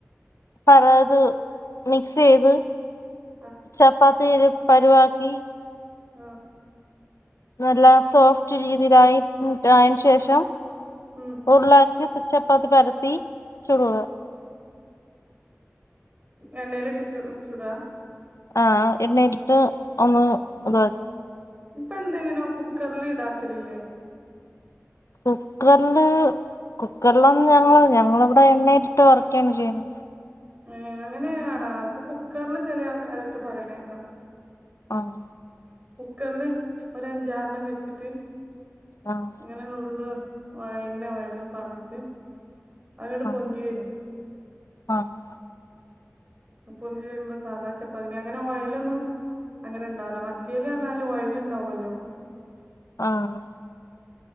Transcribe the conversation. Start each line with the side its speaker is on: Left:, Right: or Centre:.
Left: അതായത് മിക്സ് ചെയ്ത്
Right: ആഹ്
Left: ചപ്പാത്തിരെ പരുവാക്കി
Right: ആഹ്
Left: നല്ല സോഫ്റ്റ് രീതിയിലായി കൂട്ട് ആയേന് ശേഷം
Right: ഉം
Left: ഉരുളാക്കി ചപ്പാത്തി പരത്തി ചുടുക
Right: എണ്ണേയ്ലിട്ട് ചു ചുടുവാ
Left: ആഹ് എണ്ണയിലിട്ട് ഒന്ന് ഇതാ
Right: ഞ് ഇപ്പ എന്തെ ഇങ്ങനോ കുക്കർല് ഇതാക്കലില്ലേ
Left: കുക്കർല് കുക്കറിലൊന്നും ഞങ്ങള് ഞങ്ങള്വ്ടെ എണ്ണയിലിട്ട് വറുക്കേണ് ചെയ്യ്ണത്
Right: ഏഹ് അങ്ങനെയാണാ ഇപ്പൊ കുക്കർല് ചെലേ ആൾക്കാരൊക്കെ പറയണേക്കാ
Left: ആഹ്
Right: കുക്കർല് ഒരഞ്ചാറെണ്ണം വെച്ച്ട്ട്
Left: ആഹ്
Right: ഇങ്ങനെ നുള്ള് ഓയ എണ്ണയോ ഒയലോ പാർന്നിട്ട് അത്ന്നട്ട്
Left: ആഹ്
Right: പൊന്തി വെരും
Left: ആഹ്
Right: ഇങ്ങനെ പൊന്തി വെരുമ്പോ സാധാ ചപ്പാത്തിന്റെ അങ്ങനെ ഓയലൊന്നും അങ്ങനെ ഇണ്ടാവൂല മറ്റേല് പർഞ്ഞാല് ഓയല് ഇണ്ടാവൊല്ലോ
Left: ആഹ്